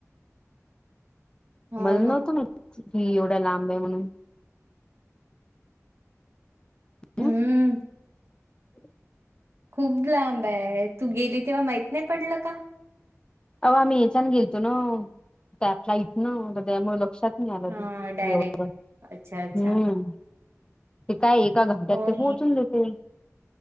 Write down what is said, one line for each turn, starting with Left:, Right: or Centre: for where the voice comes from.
Right: <inaudible> हो
Left: मला
Right: ना
Left: नव्हतं माहित कि एवढ्या लांब आहे म्हणून. <inaudible>
Right: हम्म खूप लांब आहे तू गेली तेव्हा माहित नाही पडलं का?
Left: तवा आम्ही येचान गेलतो ना त्या फ्लाईट न त्यामुळे लक्षात नाही आलं
Right: हा
Left: ते एवढ्या
Right: डायरेक्ट
Left: लांब
Right: अच्छा अच्छा
Left: हम्म ते काय एका घंट्यात
Right: हो
Left: ते पोहोचून देतील.